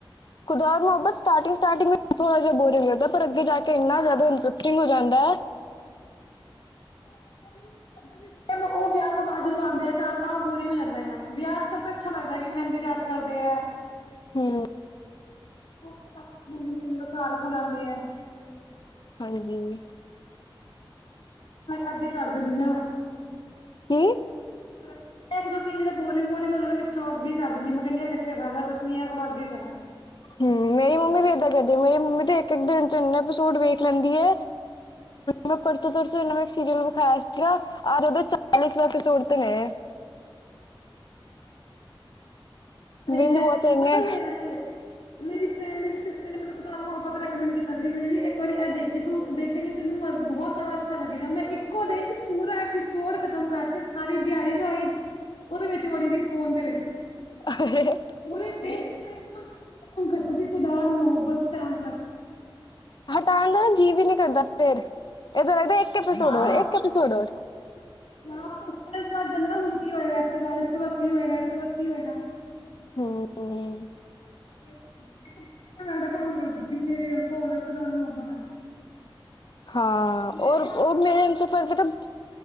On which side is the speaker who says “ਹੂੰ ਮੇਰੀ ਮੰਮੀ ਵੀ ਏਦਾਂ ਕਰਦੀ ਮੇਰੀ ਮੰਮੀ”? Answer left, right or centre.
Left